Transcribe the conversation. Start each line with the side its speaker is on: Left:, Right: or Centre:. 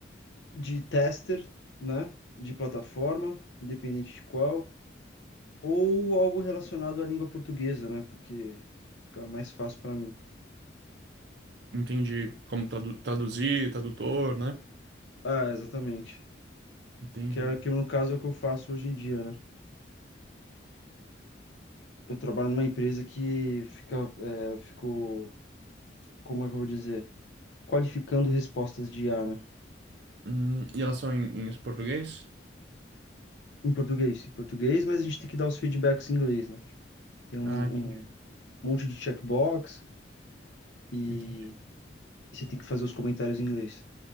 Left: de tester, né? De plataforma, independente de qual, ou algo relacionado à língua portuguesa, né? Porque fica mais fácil pra mim.
Right: Entendi. Como tradu- traduzir, tradutor, né?
Left: Ah, exatamente.
Right: Entendi.
Left: Que é que no caso é o que eu faço hoje em dia, né? Eu trabalho numa empresa que fica, é, fico, como é que eu vou dizer? Qualificando respostas de IA, né?
Right: Hum, e elas são em, em português?
Left: Em português, em português, mas a gente tem que dar os feedbacks em inglês, né? Tem um,
Right: Ah, entendi.
Left: um monte de checkbox e,
Right: Entendi.
Left: e você tem que fazer os comentários em inglês.